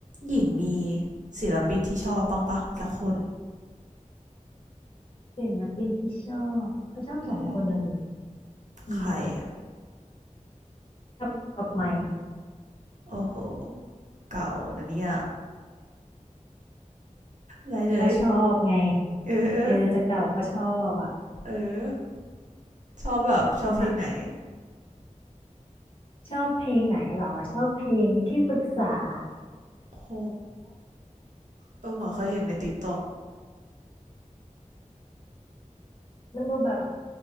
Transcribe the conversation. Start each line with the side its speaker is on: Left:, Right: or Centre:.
Right: หญิงมีศิลปินที่ชอบบ้างปะสักคน
Left: ศิลปินที่ชอบเขาชอบสองคนน่ะดิ
Right: อืม
Left: อืม
Right: ใครอ่ะ
Left: ชอบกับใไม่
Right: โอ้โหเก่านะเนี่ยไรเลย
Left: ก็ชอบไง
Right: เออเอ
Left: เออจะเก่าก็ชอบอ่ะ
Right: อชอบแบบชอบเพลงไหน
Left: ทำไมชอบเพลงไหนเหรอชอบเพลงที่ปรึกษา
Right: โหเออเหมือนเคยเห็นในติ๊กต็อก
Left: มันดูแบบ